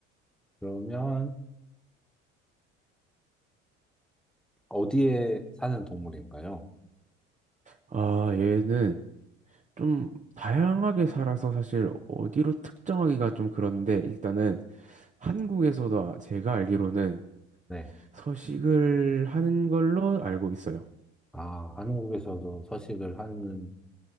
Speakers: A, in the centre; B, on the right.
A: 그러면 어디에 사는 동물인가요?
B: 아, 얘는 좀 다양하게 살아서 사실 어디로 특정하기가 좀 그런데 일단은 한국에서도 아- 제가 알기로는
A: 네.
B: 서식을 하는 걸로 알고 있어요.
A: 아, 한국에서도 서식을 하는